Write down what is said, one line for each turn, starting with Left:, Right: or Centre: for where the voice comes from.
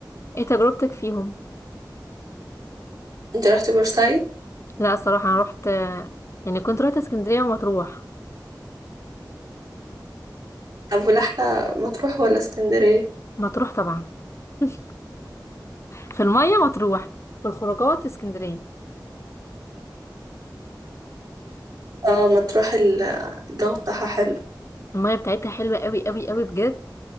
Left: ايه تجربتك فيهم
Right: انت رحت بورسعيد
Left: لا الصراحه انا رحت يعني كنت رحت اسكندريه ومطروح
Right: طب والأحلى مطروح ولا اسكندرية؟
Left: مطروح طبعا <laughs> في الميه مطروح في الخروجات اسكندريه
Right: اه مطروح ال- الجو بتاعها حلو
Left: المية بتاعتها حلوة قوي قوي قوي بجد